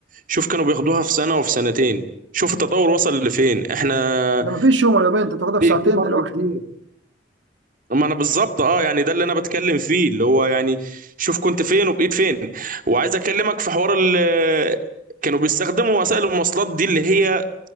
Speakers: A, on the right; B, on the right.
A: شوف كانوا بياخدوها في سنه وفي سنتين شوف التطور وصل لفين احنا
B: ده مفيش يوم ولا يومين انت بتاخدها
A: في
B: في ساعتين
A: في فرق
B: دلوقتي
A: كبير ما انا بالظبط اه يعني ده اللي انا بتكلم فيه اللي هو يعني شوف كنت فين وبقيت فين وعايز اكلمك في حوار ال كانوا بيستخدموا وسائل المواصلات دي اللي هي